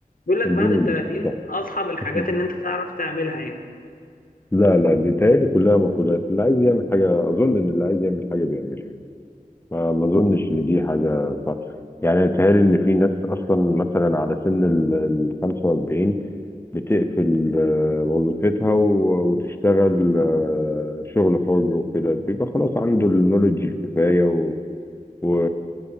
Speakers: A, on the left; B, on the left.
A: بيقول لك
B: الدنيا
A: بعد ال 30
B: مش سهلة.
A: اصعب الحاجات
B: <laughs>
A: ان انت تعرف تعملها يعني
B: لا لا دي تهيألي كلها مقولات اللي عايز يعمل حاجة أظن إن اللي عايز يعمل حاجة بيعملها ما ما اظنش ان دي حاجه صح يعني بيتهيألي ان في ناس اصلا مثلا على سن ال ال 45 بتقفل آه، وظيفتها و- وتشتغل آه، شغل حر وكده بيبقى خلاص عنده النولج الكفاية و... و...